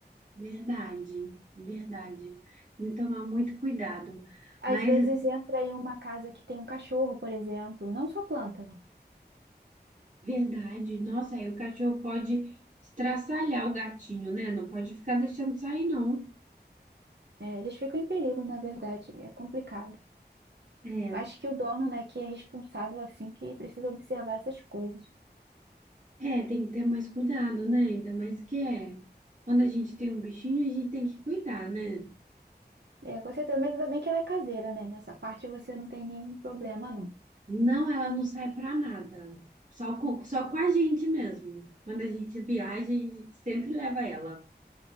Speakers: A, on the right (about 45°); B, on the right (about 80°).
A: Verdade, verdade. Tem que tomar muito cuidado.
B: Às
A: Mas
B: vezes entra em uma casa que tem um cachorro, por exemplo, não só planta.
A: Verdade. Nossa, aí o cachorro pode estraçalhar o gatinho, né? Não pode ficar deixando sair, não.
B: É, eles ficam em perigo, na verdade, é complicado.
A: É,
B: Acho que o dono, né, que é responsável, assim, que precisa observar essas coisas.
A: é, tem que ter mais cuidado, né? Ainda mais que é. Quando a gente tem um bichinho, a gente tem que cuidar, né?
B: É, com certeza, mas ainda bem que ela é caseira, né? Nessa parte você não tem nenhum problema, não.
A: Não, ela não sai pra nada. Só com, só com a gente mesmo. Quando a gente viaja, a gente sempre leva ela.